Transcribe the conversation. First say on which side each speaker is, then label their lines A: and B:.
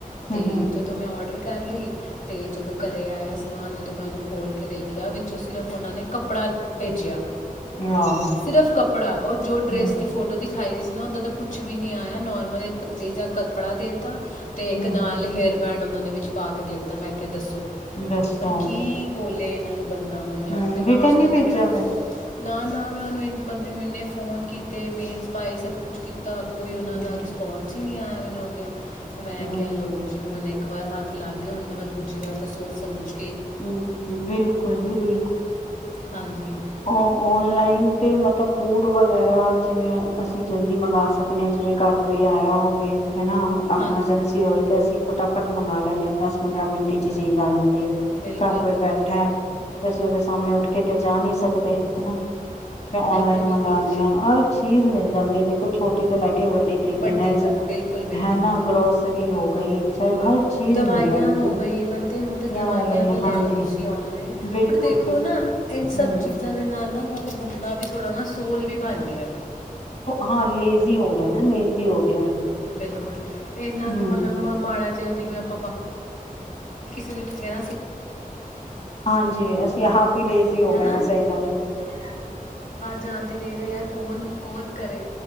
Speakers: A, on the left; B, on the left.
A: ਹੂੰ
B: ਤੇ
A: ਹੂੰ
B: ਜਦੋਂ ਮੈਂ ਔਡਰ ਕਰ ਲਈ। ਤੇ ਜਦੋਂ ਘਰੇ ਆਇਆ ਸਮਾਨ ਜਦੋਂ ਮੈਂ ਉਹਨੂੰ ਖੋਲ ਕੇ ਦੇਖਿਆ ਵਿੱਚੋਂ ਸਿਰਫ ਉਹਨਾਂ ਨੇ ਕੱਪੜਾ ਭੇਜਿਆ
A: ਹਾਂ
B: ਸਿਰਫ ਕੱਪੜਾ ਔ ਜੋ ਡਰੈਸ
A: ਹੂੰ
B: ਦੀ ਫੋਟੋ ਦੀ ਖਾਈ ਦੀ ਸੀ ਨਾ ਓਦਾਂ ਦਾ ਕੁੱਛ ਵੀ ਨੀ ਆਇਆ ਨੋਰਮਲ ਇਕ ਪ ਜਾ ਕੱਪੜਾ ਦੇ ਤਾ। ਤੇ ਇੱਕ
A: ਹੂੰ
B: ਨਾਲ
A: ਹੂੰ
B: ਹੇਅਰ ਬੈਂਡ ਉਹਨਾਂ ਨੇ ਵਿੱਚ ਪਾ ਕੇ ਦੇ ਤਾਂ ਮੈਂ ਕਿਹਾ ਦੱਸੋ
A: ਦੱਸੋ
B: ਪਰ ਕੀ ਬੋਲੇ। ਓਹਨਾਂ ਨੂੰ ਬੰਦਾ ਹੁਣ ਜਾ
A: ਹੂੰ
B: ਕੇ ਤੇ ਮੈਂ
A: ਰਿਟਰਨ
B: ਉਸ
A: ਨੀ
B: ਬੰਦੇ
A: ਭੇਜਿਆ
B: ਨੂੰ
A: ਫਿਰ
B: ਨਾ ਨਾ ਮੈਂ ਉਹਨੂੰ ਬੰਦੇ ਨੂੰ ਇੰਨੇ ਫੋਨ ਕੀਤੇ ਮੇਲਸ ਪਾਏ ਸਭ ਕੁਛ ਕੀ ਤਾਂ ਕੋਈ ਉਹਨਾਂ
A: ਹੂੰ
B: ਦਾ ਰਿਸਪੋਂਸ ਨਹੀਂ ਆਇਆ ਮੈਨੂੰ ਅੱਗਿਓ। ਮੈਂ
A: ਹੂੰ
B: ਕਿਹਾ ਲਓ ਜੀ ਹੁਣ ਇੱਕ ਵਾਰ ਹੱਥ ਲਗ ਗਏ ਹੁਣ ਤਾਂ ਦੂਜੀ ਵਾਰ ਤਾਂ ਸੋਚ ਸਮਝ ਕ
A: ਹੂੰ, ਬਿਲਕੁਲ ਜੀ ਬਿਲਕੁਲ।
B: ਹਾਂਜੀ
A: ਔ ਔਨਲਾਈਨ ਤੇ ਮਤਲਬ ਹੋ ਵਗੈਰਾ ਜਿਵੇਂ ਅਸੀਂ ਜਲਦੀ ਮੰਗਾ ਸਕਦੇ ਹਾਂ ਜਿਵੇਂ ਘਰ ਕੋਈ ਆਇਆ ਹੋਵੇ। ਹੈਨਾ ਅਮਰਜੈਂਸੀ
B: ਹਾਂ
A: ਹੋਏ ਤੇ ਅਸੀ ਫਟਾਫਟ ਮੰਗਾ ਲੈਂਨੇ ਹਾਂ ਦਸ ਪੰਦਰਾਂ ਮਿੰਟ ਚ ਚੀਜ਼ ਆ ਜਾਂਦੀ।
B: ਬਿਲਕੁਲ
A: ਘਰ ਕੋਈ
B: ਬਿਲਕੁਲ
A: ਬੈਠਾ ਏ ਤੇ ਅਸੀ ਉਹਦੇ ਸਾਹਮਣੇ ਕੇ ਤੇ ਜਾ ਨਹੀਂ ਸਕ ਦੇ ਹਨਾ। ਤਾ
B: ਬਿਲਕੁਲ
A: ਔਨਲਾਈਨ
B: ਬਿਲਕੁਲ
A: ਮੰਗਾਉਣੇ ਆ <unintelligible> ਜਾਂਦੇ ਦੇਖੋ ਛੋਟੀ ਤੋਂ ਲੈ ਕੇ ਵੱਡੀ ਤੀਕਨ
B: ਵੱਡੀ
A: ਹੈਸ
B: ਤੱਕ ਬਿਲਕੁਲ ਬਿਲਕੁਲ
A: ਹੈਨਾ ਗਰੋਸਰੀ। <unintelligible> ਸਭ ਹਰ ਚੀਜ਼
B: ਦਵਾਈਆਂ
A: ਮਿਲ ਜਾਂਦੀ
B: ਹੋ
A: ਫਿਰ
B: ਗਈ ਬਣ ਤੇ ਹੁਣ ਤੇ ਦਵਾਈਆਂ
A: ਹੋ ਗਈਆਂ
B: ਵੀ ਲੈ
A: ਹਾਂਜੀ
B: ਲਓ ਤੁਸੀਂ ਓਨਲਾਈਨ
A: ਬਿਲਕੁਲ
B: ਪਰ ਦੇਖੋ
A: ਬਿਲਕੁਲ
B: ਨਾ ਇਹ ਸਭ
A: ਹੂੰ
B: ਚੀਜ਼ਾਂ ਚੀਜਾ ਦੇ ਨਾਲ ਨਾ ਹੁਣ ਬੰਦਾ ਵੀ ਥੋੜ੍ਹਾ ਨਾ ਸੋਲ ਵੀ ਬਣ ਗਿਆ
A: ਹਾਂ ਲੇਜ਼ੀ ਹੋ ਗਿਆ ਨਾ ਲੇਜ਼ੀ ਹੋ ਗਿਆ
B: ਬਿਲਕੁਲ ਇੰਨਾ
A: ਹੂੰ
B: ਕੁ ਮਤਲਬ ਮਾੜਾ ਵੇ ਆਪਾਂ ਕਿਸੇ ਨੂੰ ਕੀ ਕਹਿਣਾ ਸੀ
A: ਹਾਂਜੀ ਅ ਯਹਾਂ ਪੇ ਲੇਜ਼ੀ
B: ਸਕਦੇ ਹਾਂ
A: ਹੋ
B: ਹਨਾ
A: ਗਏ ਸਹੀ ਕਹਿ ਰਹੇ ਹੋ
B: ਜਾਣਦੇ ਕਈ ਵਾਰ ਯਾਰ ਕੌਣ ਕੌਣ ਕਰੇ